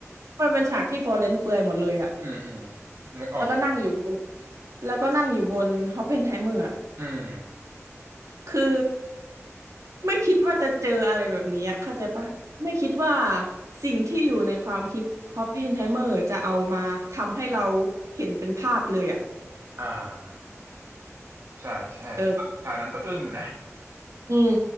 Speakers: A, on the right (about 75°); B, on the right (about 60°).
A: มันเป็นฉากที่ฟอเรนต์เปลือยหมดเลยอะ
B: อืมอืมนึกออก
A: แล้วก็นั่งอยู่บนแล้วก็นั่งอยู่บนฮอปเปนไฮเมอร์
B: อืม
A: คือไม่คิดว่าจะเจออะไรแบบนี้อะเข้าใจปะไม่คิดว่าสิ่งที่อยู่ในความคิดฮอปเพนไฮเมอร์จะเอามาทำให้เราเห็นเป็นภาพเลยอ่ะ
B: อ่าใช่ใช่ฉากฉากนั้นก็อึ้งอยู่นะ
A: เออ อืม